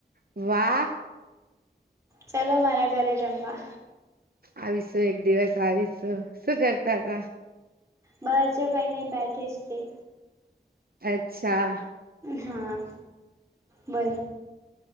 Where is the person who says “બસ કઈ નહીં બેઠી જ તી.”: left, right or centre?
Right